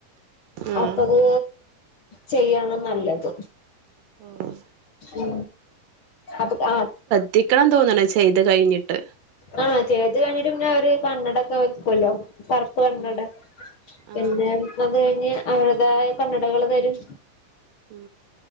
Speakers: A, on the right; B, on the left.
A: ആഹ്
B: അപ്പത് ചെയ്യാണ് നല്ലത്
A: ഓ
B: ഉ അപ്പ ആ
A: ത്തിക്കണം തോന്നണ ചെയ്ത് കഴിഞ്ഞിട്ട്
B: ആഹ് ചേത് കഴിഞ്ഞിട്ട് പിന്നെ അവര് കണ്ണടൊക്കെ വെക്കുമല്ലോ കണ്ണട
A: ഉം ആഹ്
B: പിന്നെ അത് കഴിഞ്ഞ് അവരുേതായ കണ്ണടകൾ തരും
A: ഉ